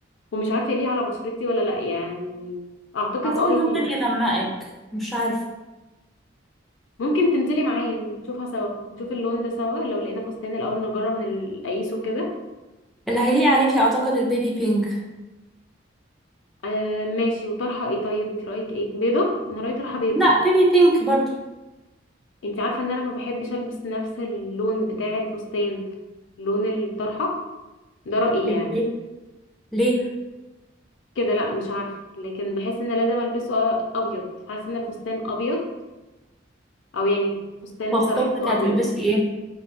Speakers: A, on the left; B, in the centre.
A: ومش عارفه ليه على بشرتي ولا لا يعني اعتقد
B: اعتقد
A: اه
B: ممكن
A: يليق.
B: يغمقك مش عارف
A: ممكن تنزلي معايا نشوفها سوا نشوف اللون ده سوا لو لقينا فستان الاول نجرب نقيسه كده
B: اللي هيليق عليكي اعتقد البيبي بينك
A: آه ماشي وطرحه ايه طيب انت رايك ايه بيضه انا رايي طرحه بيضه
B: لا بيبي بينك برضو
A: انت عارفه ان انا ما بحبش البس نفس اللون بتاع الفستان لون الطرحه ده رايي
B: كده
A: يعني
B: ليه ليه
A: كده لا مش عارفه لكن بحس ان لازم البسه ابيض حاسه ان الفستان ابيض او يعني فستان
B: في خطوبتك
A: طرحته
B: هتلبسي
A: ابيض
B: ايه